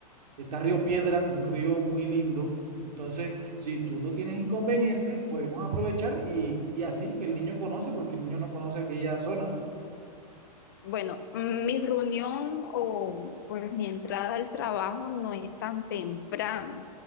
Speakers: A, on the right; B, on the left.
A: está Río Piedra, un río muy lindo. Entonces, si tú no tienes inconveniente, podemos aprovechar y, y así el niño conoce, porque el niño no conoce aquella zona.
B: Bueno, mi reunión o pues mi entrada al trabajo no es tan temprano.